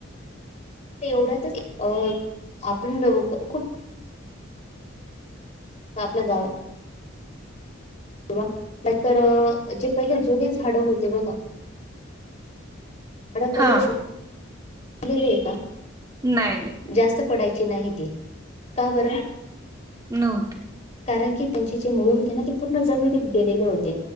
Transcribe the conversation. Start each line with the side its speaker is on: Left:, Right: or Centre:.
Left: ते एवढ्याच अ आपण दोघ खूप आपल्या गा किंवा नाहीतर जे पहिले जुली झाडं होते बघा झाड कधीलेलं
Right: हा
Left: आहे का <unintelligible>
Right: नाही नाही.
Left: जास्त पडायची नाहीती का बरं?
Right: नवते
Left: कारण की त्यांची जी मुळ होते ना ते पूर्ण जमिनीत गेलेले होते